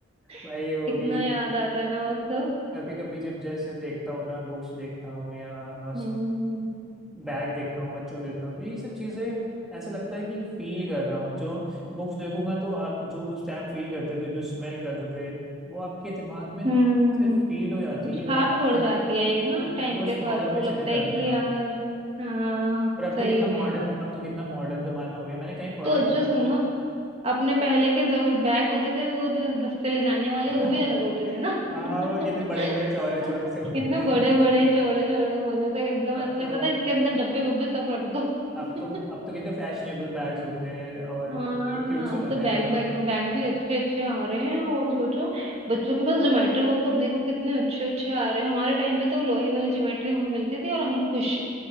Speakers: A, on the right; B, in the centre.
A: <laughs>
B: भाई वो
A: कितना
B: भी
A: याद आता है ना वो सब
B: कभी कभी जब जैसे देखता हूँ ना बुक्स देखता हूँ या नॉस
A: हम्म
B: बैग देखता हूँ बच्चों को देखता हूँ तो ये सब चीजें ऐसा लगता है कि फील कर रहा हूँ जो बुक्स देखूंगा तो आप जो उस टाइम फील करते थे जो स्मेल करते थे वो आपके दिमाग में ना
A: हम्म
B: सिर्फ फीड हो जाती
A: छाप
B: है और
A: छोड़
B: उस
A: जाती है एक ना
B: हाँ, वो
A: टाइम के
B: उस
A: साथ
B: दौर
A: तो
B: में चले
A: लगता
B: जाते
A: है कि
B: हैं आप।
A: यार हाँ
B: पर अब
A: सही
B: तो कितना मॉडर्न
A: में यार
B: अब तो कितना मॉडर्न जमाना हो गया मैंने कहीं पढ़ा
A: तो अच्छा
B: था
A: सुनो अपने पहले के जो बैग होते थे वो जो बस्ते ले जाने वाले
B: <laughs>
A: वो भी अलग होते थे ना <laughs>
B: हाँ वो कहते बड़े बड़े चौड़े चौड़े
A: हाँ
B: से होते
A: इतने
B: थे
A: बड़े बड़े चौड़े चौड़े मुझे से एकदम
B: अब
A: ऐसा
B: तो
A: लगता था इसके अंदर डब्बे वब्बे सब रख दो
B: अब
A: <laughs>
B: तो अब तो कितने फैशनेबल बैग्स होते हैं और
A: हाँ
B: क्यूट से
A: अब
B: होते
A: तो बैग
B: हैं बच्चों
A: बैग
B: के
A: बैग भी अच्छे अच्छे आ रहे हैं और सोचो बच्चों के पास ज्योमेट्री बॉक्स अब देखो कितने अच्छे अच्छे आ रहे हैं हमारे टाइम पे तो वो लोहे वाली ज्योमेट्री हमें मिलती थी और हम खुश